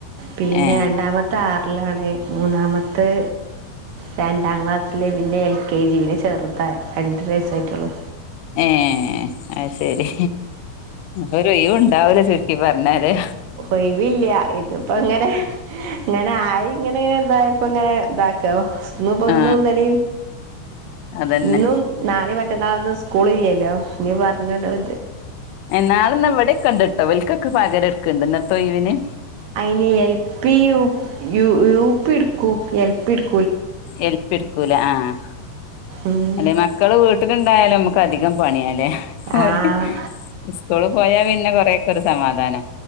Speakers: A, on the right; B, on the left.
A: പിന്നെരണ്ടാമത്തെ
B: ഏ
A: ആറിൽ ഏഴിലാണ് മൂന്നാമത്തത് രണ്ടാംക്ലാസ്സില് പിന്നെ എൽ കെ ജി പിന്നെ ചെറ്താ രണ്ട് വയസ്സായിട്ടുള്ളു
B: ഏഹ് അത്ശെരി ഒരൊയിവുണ്ടാവില്ല ചുരുക്കിപ്പറഞ്ഞാല്
A: ഒയിവില്ല ഇതിപ്പങ്ങനെ ഇങ്ങനായി ഇങ്ങനെ ഇതായപ്പങ്ങനെ ഇതാക്കാ ഇന്നിപ്പൊ
B: ആ
A: ഇന്നുംഇന്നലയും
B: അതന്നെ
A: ഇന്നും നാളെയും മറ്റന്നാളൊന്നും സ്കൂളില്ലല്ലോ ഇനി പറഞ്ഞ്ടോര്
B: നാളെന്നാ ഇവിടെക്കിണ്ട്ട്ടോ ഇവൽക്കൊക്കെ പകരെട്ക്ക്ണ്ട് എന്നത്തൊയിവിന്
A: അയിന് എൽപി യൂപി എടുക്കും എൽപി എട്
B: എൽപി എടുക്കൂല ആഹ്
A: ഉം
B: അല്ലെ മക്കള് വീട്ടില്ണ്ടായാലെ നമ്ക്ക് ഇപ്പധികം പണിയാലെ ഓല്
A: ആഹ്
B: സ്കൂള്പോയാ പിന്നെ കൊറക്ക്കൊരു സമാധാനാ